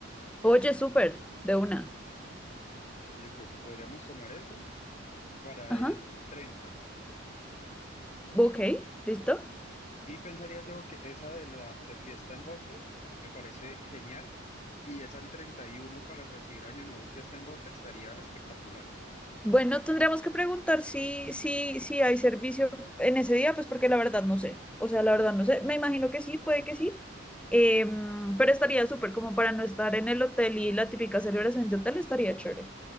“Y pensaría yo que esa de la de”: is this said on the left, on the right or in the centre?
Left